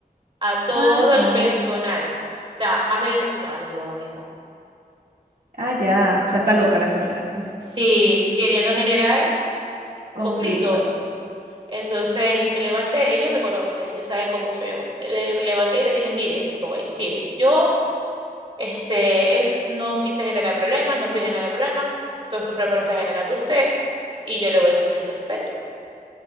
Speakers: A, on the right; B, on the right.
A: a todo
B: Ah, ya.
A: el personal, o sea, más de 20 personas les digo lo mismo.
B: Ah, ya. O sea, está loca la señora.
A: Sí, queriendo generar
B: Conflicto.
A: conflicto. Entonces me levanté, ellos me conocen, ellos saben cómo soy yo. Le- Me levanté y le dije, mire, lo que voy, mire, yo este, es- no quise generar problemas, no estoy generando problemas, todos estos problemas los está generando usted y yo le voy a exigir respeto,